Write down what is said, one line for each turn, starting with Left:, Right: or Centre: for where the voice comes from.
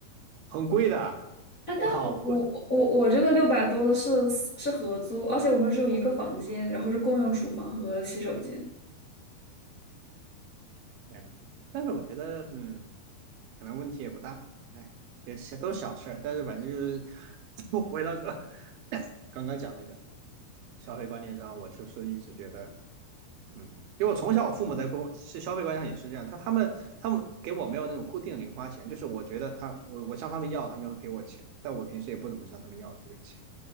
Right: 很贵的，
Left: 啊，但我我我我这个六百多的是是合租，
Right: 我靠，贵！
Left: 而且我们只有一个房间，然后是共用厨房和洗手间。
Right: 天呐，但是我觉得，嗯，可能问题也不大，哎，也小都是小事儿，但是反正就是 <laughs> 不回到刚刚刚讲那个消费观念上，我就是一直觉得。嗯，因为我从小我父母在过是消费观上也是这样，他他们他们给我没有那种固定的零花钱，就是我觉得他我我向他们要，他们就会给我钱，但我平时也不怎么向他们要这个钱。